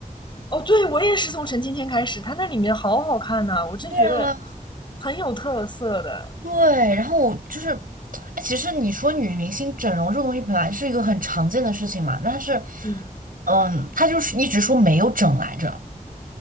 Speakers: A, on the left; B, on the right.
A: 哦，对，我也是从陈芊芊开始，他那里面好好看呐、我真觉得
B: 对啊，
A: 很有特色的。
B: 对。然后我就是，哎，其实你说女明星整容这个东西本来是一个很常见的事情嘛，但是，
A: 嗯，
B: 嗯，她就是一直说没有整来着，